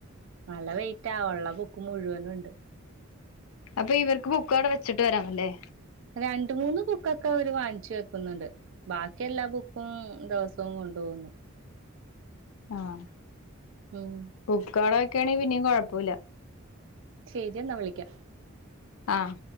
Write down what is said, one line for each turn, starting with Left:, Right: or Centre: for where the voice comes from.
Right: നല്ല വെയ്റ്റാ ഒള്ള ബുക്ക് മുഴുവനുണ്ട്
Left: അപ്പാ ഇവർക്ക് ബുക്ക് അവടെ വെച്ചിട്ട് വരാമല്ലേ
Right: രണ്ട് മൂന്ന് ബുക്കൊക്കെ അവര് വാങ്ങിച്ചു വെക്കുന്നുണ്ട് ബാക്കി എല്ലാ ബുക്കും ദിവസും കൊണ്ടു പോവുന്നു
Left: ആഹ്
Right: ഉം
Left: ബുക്കവട വെക്കാണെകി പിനിം കൊഴപോല്ല
Right: ശെരി എന്നാ വിളിക്കാം
Left: ആഹ്